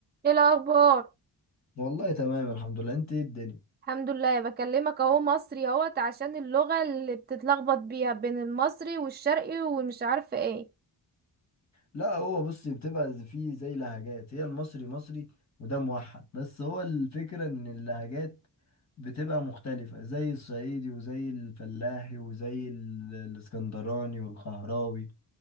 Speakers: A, on the right; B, on the left.
A: ايه الاخبار
B: والله تمام الحمد لله انت ايه الدنيا
A: الحمد لله بكلمك اهو مصري اهوت عشان اللغة اللي بتتلخبط بيها بين المصري والشرقي ومش عارفة ايه
B: لا هو بصي بتبقى ز- فيه زي لهجات هي المصري مصري وده موحد بس هو الفكرة ان اللهجات بتبقى مختلفة زي الصعيدي وزي الفلاحي وزي ال- الاسكندراني والقهراوي